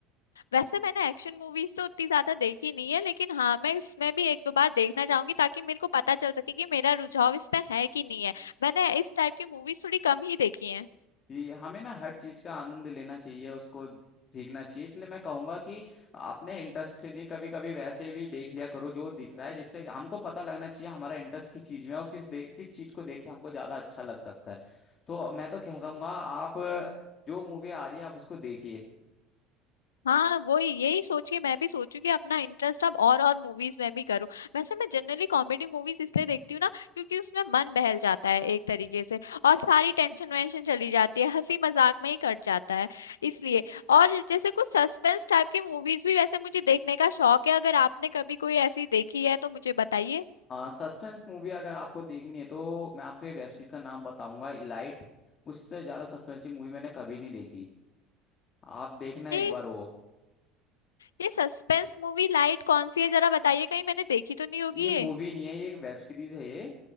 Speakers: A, on the left (about 85°); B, on the left (about 40°).
A: वैसे मैंने एक्शन मूवीज तो उतनी ज्यादा देखी नहीं है लेकिन हाँ मैं इसमें भी एक दो बार देखना चाहूंगी ताकि मेरे को पता चल सके कि मेरा रुझाव इस पे है कि नहीं है मैंने इस टाइप की मूवीज थोड़ी कम ही देखी है
B: जी हमें ना हर चीज का आनंद लेना चाहिए उसको सीखना चाहिए इसलिए मैं कहूंगा कि अपने इंटरेस्ट से नहीं कभी कभी वैसे भी देख लिया करो जो दिख रहा है जिससे हमको पता लगना चाहिए हमारा इंटरेस्ट किस चीज में है और किस दे, किस चीज को देख के हमको ज्यादा अच्छा लग सकता है तो मैं तो कह दूंगा आप जो मूवी आ रही है आप उसको देखिए
A: हाँ वही यही सोचिए मैं भी सोचू कि अपना इंटरेस्ट अब और और मूवीज में भी करूँ वैसे मैं जनरली कॉमेडी मूवीज इसलिए देखती हूँ ना क्योंकि उसमें मन बहल जाता है एक तरीके से और सारी टेंशन वेंशन चली जाती है हंसी मजाक में ही कट जाता है इसलिए और जैसे कुछ सस्पेंस टाइप की मूवीज भी वैसे मुझे देखने का शौक है अगर आपने कभी कोई ऐसी देखी है तो मुझे बताइए
B: सस्पेंस मूवी अगर आपको देखनी है तो मैं आपको वेब सीरीज का नाम बताऊंगा इलाइट उससे ज्यादा सस्पेंस की मूवी मैंने कभी नहीं देखी आप देखना
A: ये
B: एक बार वो
A: ये सस्पेंस मूवी लाइट कौन सी है जरा बताइए कहीं मैंने देखी तो नहीं होगी
B: ये मूवी
A: ये
B: नहीं है ये एक वेब सीरीज है ये